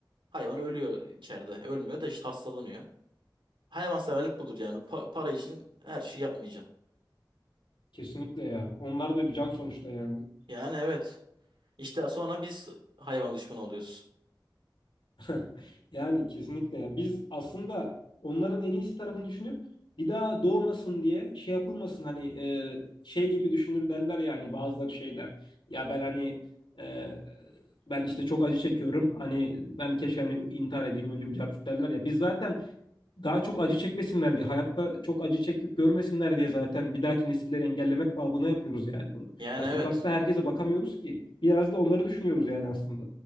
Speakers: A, on the right; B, on the left.
A: Hayvan ölüyor içeride. Ölmüyor da işte hastalanıyor. Hayvanseverlik budur yani. Pa- para için her şeyi yapmayacaksın.
B: Kesinlikle ya. Onlar da bir can sonuçta yani.
A: Yani evet. İşte sonra biz hayvan düşmanı oluyoruz.
B: <laughs> Yani kesinlikle ya. Biz aslında onların en iyisi tarafını düşünüp bir daha doğmasın diye şey yapılmasın hani e, şey gibi düşünür derler yani bazıları şeyler. Ya ben hani e, ben işte çok acı çekiyorum. Hani ben keşke hani intihar edeyim öleyim carcut derler ya. Biz zaten daha çok acı çekmesinler diye, hayatta çok acı çekip görmesinler diye zaten bir dahaki nesilleri engellemek babına yapıyoruz yani bunu.
A: Yani
B: Ya
A: evet.
B: sokakta herkese bakamıyoruz ki. Biraz da onları düşünüyoruz yani aslında.